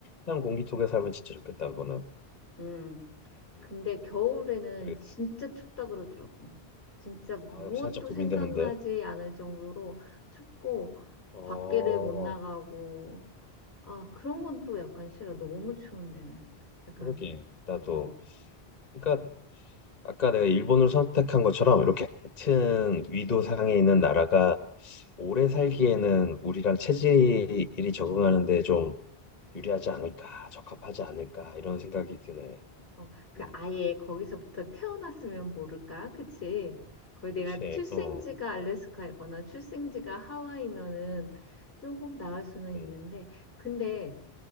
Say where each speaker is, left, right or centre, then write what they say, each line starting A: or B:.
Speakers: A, on the left; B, on the left.
A: 깨끗한 공기 속에 살면 진짜 좋겠다, 그거는.
B: 음.
A: 음,
B: 근데 겨울에는
A: 그래.
B: 진짜 춥다 그러더라고. 진짜 무엇도
A: 아, 살짝 고민되는데.
B: 생각나지 않을 정도로 춥고,
A: 어,
B: 밖에를 못 나가고, 아, 그런 건 또 약간 싫어. 너무 추운 데는. 약간,
A: 그러게. 나도.
B: 어.
A: 그러니까 아까 내가 일본을 선택한 것처럼 이렇게 같은 위도상에 있는 나라가 오래 살기에는 우리랑 체질이 적응하는데 좀 유리하지 않을까, 적합하지 않을까 이런 생각이 드네.
B: 어, 그
A: 음,
B: 아예 거기서부터 태어났으면 모를까? 그치? 거의 내가
A: 그렇지.
B: 출생지가
A: 어,
B: 알래스카이거나 출생지가 하와이면은 조금 나을 수는 있는데,
A: 음,
B: 근데